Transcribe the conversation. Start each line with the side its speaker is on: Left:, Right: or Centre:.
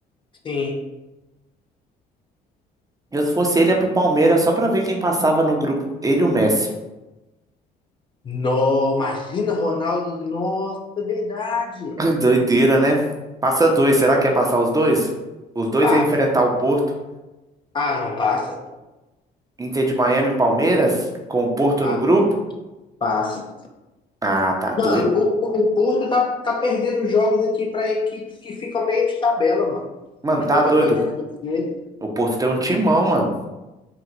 Left: Sim.
Right: Eu, se fosse ele, ia pro Palmeiras só pra ver quem passava no grupo. Ele e o Messi.
Left: No, imagina Ronaldo. Nossa, é verdade.
Right: <laughs> Doideira, né? Passa dois. Será que ia passar os dois? Os dois
Left: Passa.
Right: iam enfrentar o Porto.
Left: Ah, não, passa.
Right: Inter de Miami e Palmeiras, com o Porto
Left: Ah,
Right: no grupo?
Left: passa.
Right: Ah, tá doido.
Left: Mano, o, o Porto tá, tá perdendo jogos aqui pra equipes que ficam meio de tabela, mano.
Right: Mano,
Left: Campeonato
Right: tá doido.
Left: português.
Right: O Porto tem um timão, mano.